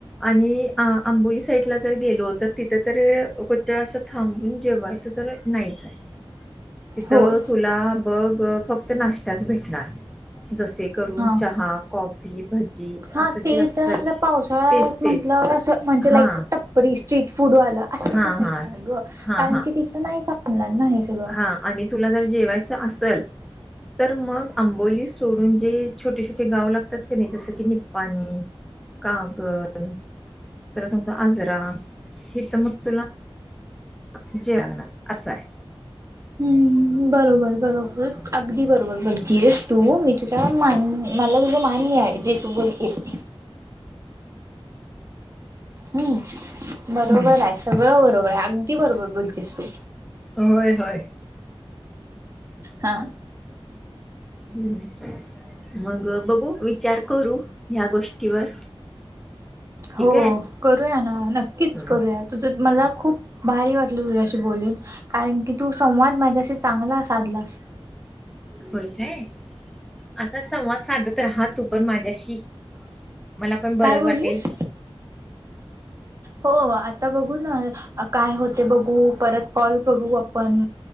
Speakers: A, in the centre; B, on the right (about 30°).
A: आणि अ आंबोली साईडला जर गेलो तर तिथं तर कोत्या असं थांबून जेवायचं तर नाहीचं आहे. तिथं
B: होय
A: तुला बघ फक्त नाश्ताच भेटणार जसे करून
B: हा.
A: चहा, कॉफी भजी.
B: हा
A: असं
B: ते
A: जे असतल
B: तर आता पावसाळ्यात
A: तेच
B: म्हटल्यावर
A: तेच.
B: असं म्हणजे
A: हां,
B: लाईक टप्परी स्ट्रीट फूड वाला असच
A: हां,
B: भेटणार
A: हां.
B: ग
A: हां,
B: कारण की तिथं नाही का ऑनलाईन ना हे सगळं.
A: ह आणि तुला जर जेवायच असल तर मग आंबोली सोडून जे छोटे छोटे गाव लागतात कि नाही जसं की निपाणी, कागल तुला सांगतो आजरा हिथ मग तुला जेवायला अस हाय.
B: हम्म. बरोबर बरोबर अगदी बरोबर बघती आहेस तू मी तुझ मान मला मान्य आहे जे तू बोलतेस ते. हम्म. बरोबर
A: हम्म
B: आहे सगळं बरोबर आहे अगदी बरोबर बोलतेस तू.
A: होय होय.
B: हा.
A: हम् मग बघू विचार करू ह्या गोष्टीवर. ठीक
B: हो
A: आहे.
B: करूया ना नक्कीच
A: हम्म.
B: करूयात. तुझं मला खूप भारी वाटलं तुझ्याशी बोलून. कारण की तू संवाद माझ्याशी चांगला साधलास.
A: होय काय? असा संवाद साधत राहा तू पण माझ्याशी. मला पण बरं
B: काय बोललीस?
A: वाटेल.
B: हो. आता बघू ना काय होते बघू परत कॉल करू आपण.